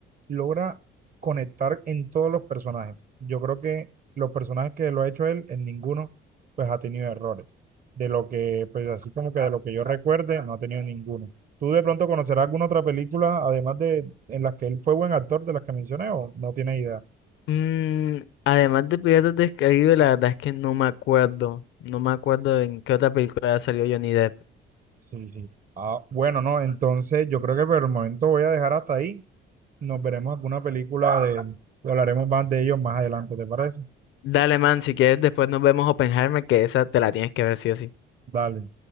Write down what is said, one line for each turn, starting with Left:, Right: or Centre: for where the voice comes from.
Right: logra conectar en todos los personajes. Yo creo que los personajes que lo ha hecho él, en ninguno, pues ha tenido errores. De lo que, pues así como que de lo que yo recuerde, no ha tenido ninguno. ¿Tú de pronto conocerás alguna otra película, además de, en las que él fue buen actor de las que mencioné o no tiene idea.
Left: Mm, además de Piratas del Caribe, la verdad es que no me acuerdo. No me acuerdo en qué otra película salió Johnny Depp.
Right: Sí, sí. Ah, bueno, no, entonces yo creo que por el momento voy a dejar hasta ahí. Nos veremos alguna película de, y hablaremos más de ellos más adelante, ¿te parece?
Left: Dale, man, si quieres después nos vemos Oppenheimer, que esa te la tienes que ver sí o sí.
Right: Dale.